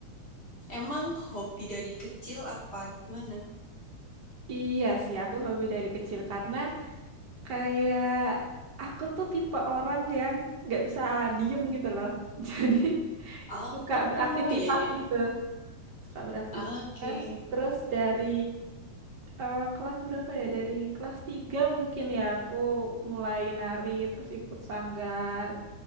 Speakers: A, on the left; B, on the right.
A: emang hobi dari kecil apa gimana?
B: Iya sih, aku hobi dari kecil karena kayak aku tuh tipe orang yang nggak bisa diem gitu loh. <laughs> Jadi
A: Oh,
B: suka beraktivitas
A: iya iya iya.
B: gitu. Suka beraktivitas.
A: Oke.
B: Terus dari eh, kelas berapa ya? Dari kelas 3 mungkin ya aku mulai nari terus ikut sanggar